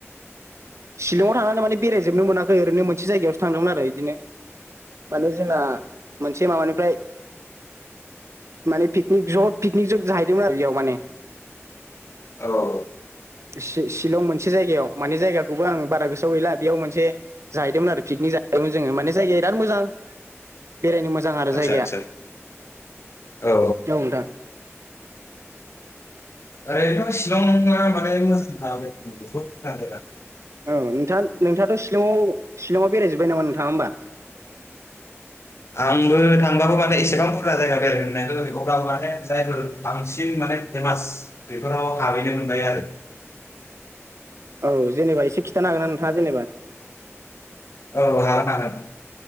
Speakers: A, on the right (about 70°); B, on the left (about 65°).
A: शिलंआव थांनानै माने बेरायजोबनो मोनाखै ओरैनो मोनसे जायगायावसो थांदोंमोन आरो बिदिनो माने जोंना मोनसे माबानिफ्राय माने पिकनिक ज' पिकनिक ज' जाहै <unintelligible> माने
B: औ औ
A: <unintelligible> शिलं मोनसे जायगायाव माने जायगा थेवबो आं बारा गोसोआव गैला बेयाव मोनसे जाहैदोंमोन आरो पिकनिक जाहैदोंमोन जोङो माने जायगाया बिराद मोजां। बेरायनो मोजां आरो
B: आदसा
A: जायगाया
B: आदसा
A: औ
B: औ
A: नोंथां।
B: आरैनथ' शि शिलंआ माने मोजांखाबो बहुत था आरोना।
A: औ नोंथा नोंथाङाथ' शि शिलंआव शिलंआव बेरायजोबबाय नामा नोंथाङा होमबा?
B: आंबो थांबाबो माने एसेबां बुरजा जायगा बेरायनो मोनाखै अब्लाबो माने जायफोर बांसिन माने फेमास बेफोराव हाबहैनो मोनबाय आरो।
A: औ जेनेबा एसे खिन्थानो हागोन ना नोंथाङा जेनेबा?
B: औ हागोन हागोन